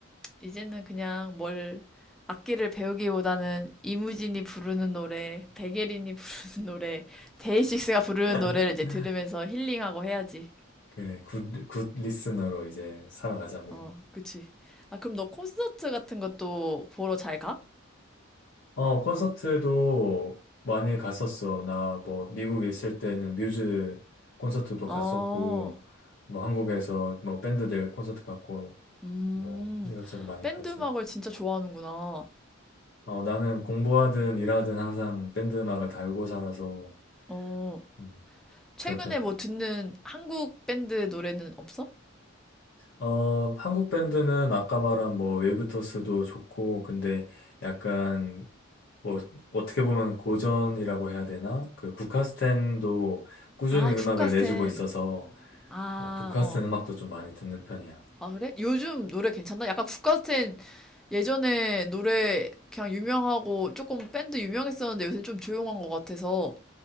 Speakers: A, in the centre; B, on the left.
A: 이제는 그냥 뭘 악기를 배우기보다는 이무진이 부르는 노래, 백예린이 <laughs> 부르는 노래, 데이식스가 부르는
B: <laughs>
A: 노래를 이제 들으면서 힐링하고 해야지.
B: 그래, 굿, 굿 리스너로 이제 살아가자고.
A: 어, 그치. 아, 그럼 너 콘서트 같은 것도 보러 잘 가?
B: 어, 콘서트도 많이 갔었어. 나 뭐 미국에 있을 때는 뮤즈 콘서트도 갔었고,
A: 어,
B: 뭐 한국에서 뭐 밴드들 콘서트 갔고,
A: 음,
B: 뭐 이것저것 많이
A: 밴드
B: 가지.
A: 음악을 진짜 좋아하는구나.
B: 어, 나는 공부하든 일하든 항상 밴드 음악을 달고 살아서
A: 어,
B: 음,
A: 최근에
B: 그런 편이야.
A: 뭐 듣는 한국 밴드 노래는 없어?
B: 어, 한국 밴드는 아까 말한 뭐 웨이브토스도 좋고, 근데 약간 뭐 어떻게 보면 고전이라고 해야 되나? 그 국카스텐도 꾸준히
A: 아,
B: 음악을
A: 국가센.
B: 내주고 있어서
A: 아,
B: 어, 국카스텐
A: 어.
B: 음악도 좀 많이 듣는 편이야.
A: 아, 그래? 요즘 노래 괜찮나? 약간 국가센 예전에 노래 그냥 유명하고 조금 밴드 유명했었는데 요새 좀 조용한 것 같아서.